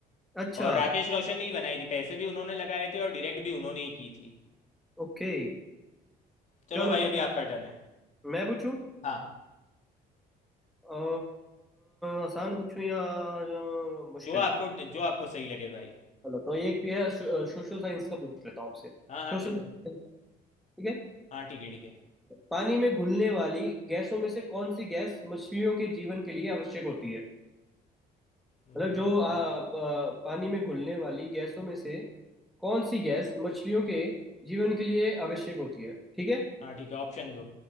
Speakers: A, in the centre; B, on the left.
A: अच्छा
B: और राकेश रोशन ने ही बनाई थी पैसे भी उन्होंने लगाए थे और डायरेक्ट भी उन्होंने ही की थी
A: ओके
B: चलो
A: चलो
B: भाई अभी
A: तो
B: आपका टर्न है
A: मैं पूछूं
B: हाँ
A: अ, आसान पूछूं या अ, मुश्किल
B: जो आपको जो आपको सही लगे भाई
A: चलो तो एक ये सोशल साइंस का पूछ लेता हूँ आपसे
B: हाँ हाँ
A: Social
B: चलो
A: science, ठीक है
B: हाँ ठीक है ठीक है
A: पानी में घुलने वाली गैसों में से कौन सी गैस मछलियों के जीवन के लिए आवश्यक होती है
B: हम्म,
A: मतलब जो आ, आ, पानी में घुलने वाली गैसों में से कौन सी गैस मछलियों के जीवन के लिए आवश्यक होती है ठीक है
B: हाँ ठीक है ऑप्शन दो